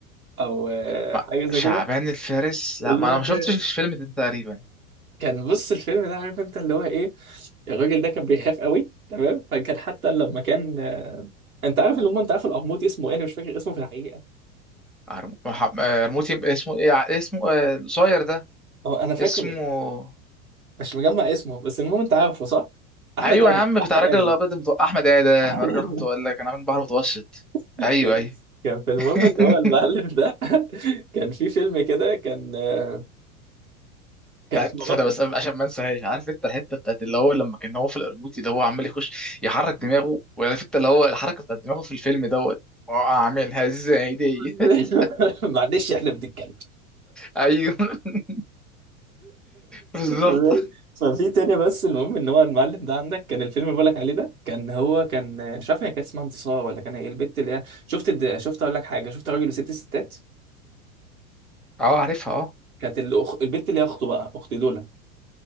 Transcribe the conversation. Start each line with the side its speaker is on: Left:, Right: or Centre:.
Right: او آه،
Centre: ما
Right: حاجه زي
Centre: شعبان
Right: كده
Centre: الفارس لا
Right: اللي
Centre: ما
Right: هو
Centre: انا ما
Right: في-
Centre: شفتش الفيلم ده تقريبا
Right: كان بص الفيلم ده عارف انت اللي هو ايه الراجل ده كان بيخاف قوي تمام فكان حتى لما كان آه، انت عارف اللي هم انت عارف القرموطي اسمه ايه انا مش فاكر اسمه في الحقيقه
Centre: عرم- مح- آه، رموتي اسمه ايه ع- اسمه آه، القصير ده
Right: هو انا فاكره
Centre: اسمه
Right: مش مجمع اسمه بس المهم انت عارفه صح؟ احمد
Centre: ايوه
Right: ادم
Centre: يا عم
Right: احمد
Centre: بتاع الراجل
Right: ادم
Centre: الابيض المتو... احمد ادم
Right: على
Centre: الراجل
Right: الم-
Centre: احمد قال لك انا عامل بحر متوسط
Right: <laughs>
Centre: ايوه
Right: كان
Centre: ايوه
Right: كان في المهم
Centre: <laughs>
Right: ان هو المعلم ده <laughs> كان في فيلم كده كان آه، كان
Centre: بتاعت
Right: مراته
Centre: سنه بس قبل- عشان ما انساهاش عارف انت الحته بتاعت اللي هو لما كان هو في القرموطي اللي هو عمال يخش يحرك دماغه وعارف انت اللي هو الحركه بتاعت دماغه في الفيلم دوت اه اعملها ازاي دي
Right: <laughs>
Centre: <laughs>
Right: معلش احنا بنتكلم <laughs>
Centre: ايوه <laughs> بالظبط
Right: تمام؟ ففي تاني بس المهم ان هو المعلم ده عندك كان الفيلم اللي بقولك عليه ده كان هو كان مش عارف هي كانت اسمها انتصار ولا كان ايه البت اللي هي شفت الد- شفت اقول لك حاجه شفت راجل وست ستات
Centre: اه عارفها اه
Right: كانت الأخ... البت اللي هي اخته بقى اخت دولا